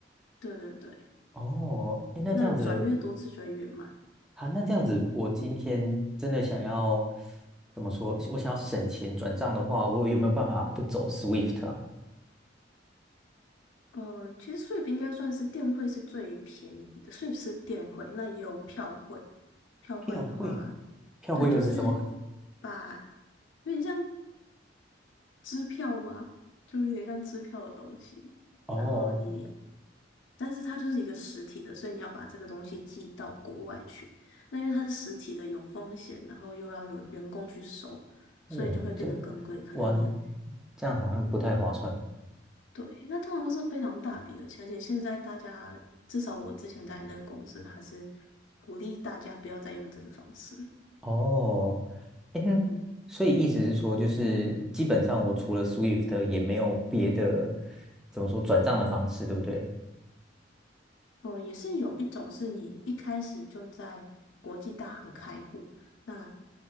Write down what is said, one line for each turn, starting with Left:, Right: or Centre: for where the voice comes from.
Left: 对对对。
Centre: 哦，诶那这样子，
Left: 那转越多次就会越慢。
Centre: 好，那这样子，我今天真的想要怎么说？我想要省钱转账的话，我有没有办法不走 Swift 啊？
Left: 呃，其实 s w 应该算是电汇是最便宜的 s w 是电汇，那也有票汇。票汇的话，
Centre: 票汇，票汇又是什么？
Left: 对，就是把有点像支票吗？就有点像支票的东西。
Centre: 哦，
Left: 然后你，但是它就是一个实体的，所以你要把这个东西寄到国外去。那因为它是实体的，有风险，然后又要有员工去收，
Centre: 哦，
Left: 所以就会变得更贵。
Centre: 这
Left: 可能你。
Centre: 完这样好像不太划算
Left: 对，那通常都是非常大笔的钱，而且现在大家至少我之前待的那个公司，它是鼓励大家不要再用这个方式。
Centre: 哦。诶，那所以意思是说，
Left: 嗯，
Centre: 就是基本上我除了 Swift 也没有别的怎么说转账的方式，对不对？
Left: 呃，也是有一种是你一开始就在国际大行开户，那